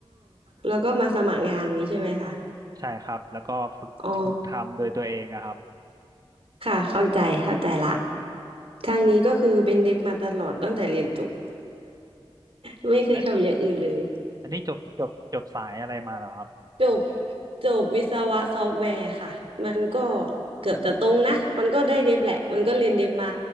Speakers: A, on the right; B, on the right.
A: แล้วก็มาสมัครงานนี้ใช่ไหมคะ
B: ใช่ครับแล้วก็ฝึกฝึกทำโดยตัวเองอะครับ
A: อ๋อค่ะเข้าใจเข้าใจละทางนี้ก็คือเป็นเดฟมาตลอดตั้งแต่เรียนจบ <laughs> ไม่เคยทำอย่างอื่นเลย
B: อันอันนี้จบจบจบสายอะไรมาเหรอครับ
A: จบจบวิศวะซอฟต์แวร์ค่ะมันก็เกือบจะตรงนะมันก็ได้เดฟแหละมันก็เรียนเดฟมา